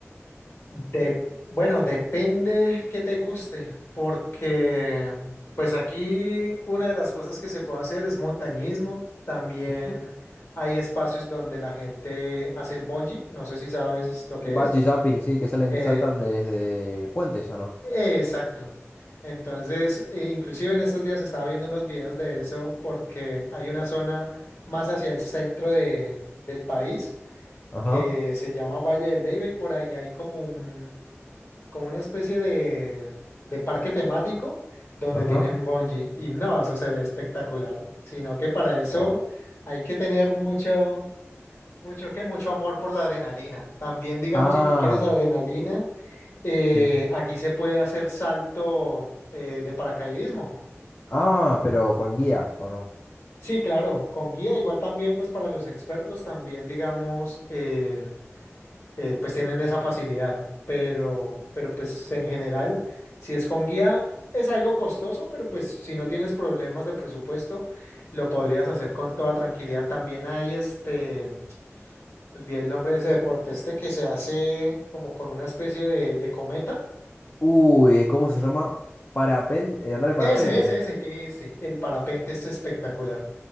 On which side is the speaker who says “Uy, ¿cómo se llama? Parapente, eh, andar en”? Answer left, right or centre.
Left